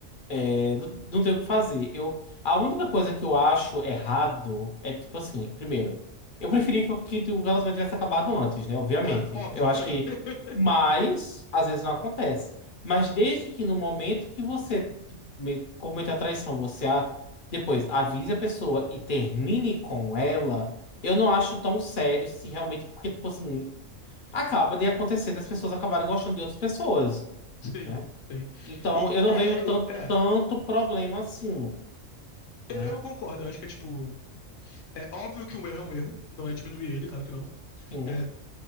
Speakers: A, on the left (about 55°); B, on the left (about 70°).
A: É, não, não tem o que fazer. Eu, a única coisa que eu acho errado é tipo assim, primeiro, eu preferi que, que o relacionamento tivesse acabado antes, né? Obviamente.
B: Ah, óbvio,
A: Eu
B: eu
A: acho
B: também.
A: que,
B: <laughs>
A: mas às vezes não acontece. Mas desde que no momento que você tipo, me- comete a traição, você a- depois avise a pessoa e termine com ela, eu não acho tão sério se realmente, porque, tipo assim, acaba de acontecer das pessoas acabarem gostando de outras pessoas.
B: Sim,
A: né?
B: sim.
A: Então,
B: E
A: eu não
B: é,
A: vejo tanto,
B: é, é.
A: tanto problema assim,
B: Eu,
A: né?
B: eu concordo, eu acho que é tipo. É óbvio que um erro é um erro, não é diminuir ele, claro que não.
A: Sim.
B: É,